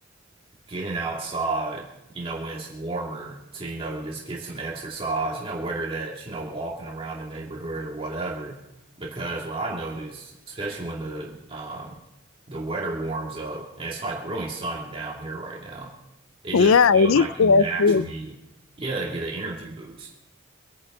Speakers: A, on the right; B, on the left.
A: getting outside, you know, when it's warmer to, you know, just get some exercise, you know, whether that's, you know, walking around the neighborhood or whatever. Because what I noticed, especially when the um the weather warms up and it's like really sunny down here right now, it
B: Yeah,
A: just feels
B: it is.
A: like you
B: A
A: naturally,
B: S A.
A: yeah, get an energy boost.